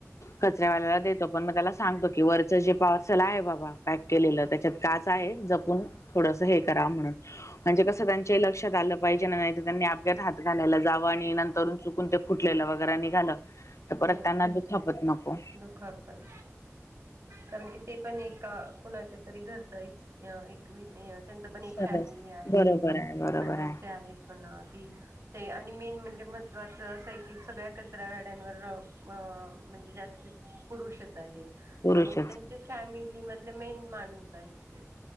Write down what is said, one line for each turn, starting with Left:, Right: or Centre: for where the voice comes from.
Left: कचऱ्यावाल्याला देतो पण मग त्याला सांगतो की वरच जे पार्सल आहे बाबा पॅक केलेलं त्याच्यात काच आहे जपून थोडस हे करा म्हणून. म्हणजे कसं त्यांच्या लक्षात आलं पाहिजे ना नाही त्यांनी अप्यात हात घालायला जावं आणि नंतर चुक कोण ते फुटलेलं वगैरे निघालं. तर परत
Right: हो
Left: त्यांना दुखापत नको.
Right: दुखापत, कारण कि ते पण एका कुणाच्यातरी घरचा हाईत. अ एक त्यांच पण एक फॅमिली
Left: सरस
Right: आहे
Left: बरोबर आहे बरोबर
Right: सदस्य
Left: आहे
Right: आहेत. म्हणा ती ते आणि मेन म्हणजे महत्त्वाचं अस आहे की सगळ्या कचरा गाड्यांवर हो मग म्हणजे जास्तीच पुरुषवआहेत
Left: पुरुषच
Right: मग त्यांचेच. फॅमिली मधले मेन माणूस आहेत,